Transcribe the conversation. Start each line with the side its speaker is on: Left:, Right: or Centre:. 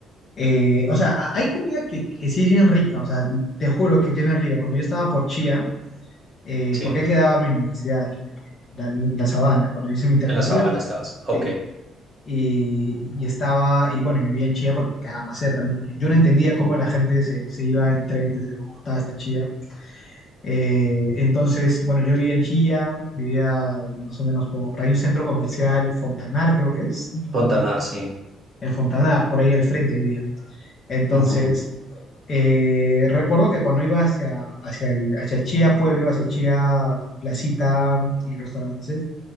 Left: eh, o sea, ha- hay comida que, que sí es bien rica, o sea, te juro que, que es bien rica. Cuando yo estaba por Chía, eh,
Right: Sí,
Left: porque ahí quedaba mi universidad, eh, la, la Sabana, cuando hice mi intercambio,
Right: en la sabana
Left: y-
Right: estabas. Ok,
Left: sí. Y, y estaba, y bueno, y vivía en Chía porque me quedaba más cerca. ¿no? Yo no entendía cómo la gente se, se iba en tren desde Bogotá hasta Chía eh, entonces, bueno, yo vivía en Chilla, vivía más o menos por, hay un centro comercial, Fontanar creo que es, no,
Right: Fontanar
Left: no me acuerdo,
Right: sí.
Left: en Fontanar, por ahí al frente vivía. Entonces,
Right: Ujú.
Left: eh, recuerdo que cuando iba hacia, hacia, el, hacia Chía Pueblo, hacia Chía Placita y restaurantes,